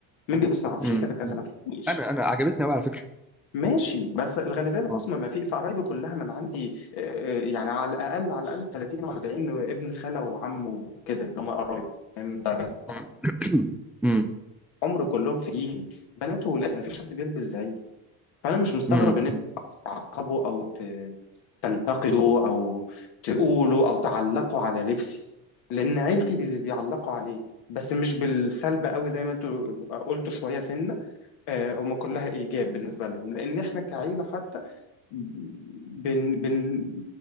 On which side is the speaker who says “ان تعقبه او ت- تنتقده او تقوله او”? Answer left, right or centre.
Left